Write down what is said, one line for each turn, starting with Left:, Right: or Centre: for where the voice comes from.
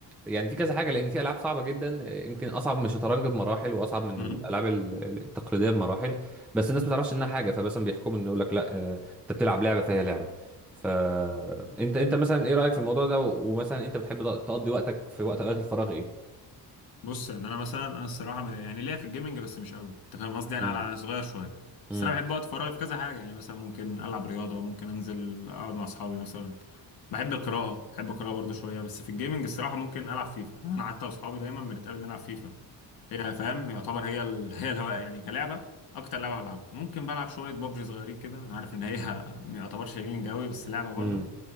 Centre: يعني في كذا حاجه لان في العاب صعبه جدا آه، يمكن اصعب من الشطرنج بمراحل واصعب من
Left: امم
Centre: الالعاب ال- التقليديه بمراحل بس الناس ما تعرفش انها حاجه فمثلا بيحكموا ان يقول لك لا آه انت بتلعب لعبه فهي لعبه فانت انت انت مثلا ايه رايك في الموضوع ده و- ومثلا انت بتحب تق- تقضي وقتك في وقت اوقات الفراغ ايه
Left: بص ان انا مثلا انا الصراحه م- يعني ليا في الجيمنج بس مش قوي انت فاهم قصدي يعني
Centre: امم
Left: على صغير شويه
Centre: امم
Left: بس انا بحب وقت فراغي في كذا حاجه يعني مثلا ممكن العب رياضه ممكن انزل اقعد مع اصحابي مثلا بحب القراءه بحب القراءه برضو شويه بس في الجيمنج الصراحه ممكن العب فيفا يعني انا حتى واصحابي دايما بنتقابل نلعب فيفا هي فاهم يعتبر هي ال... <laughs> هي الهواء يعني كلعبه اكتر لعبه بلعبها ممكن بلعب شويه ببجي صغيرين كده انا عارف ان هي <laughs> ما يعتبرش جيمنج قوي بس لعبه برضو
Centre: امم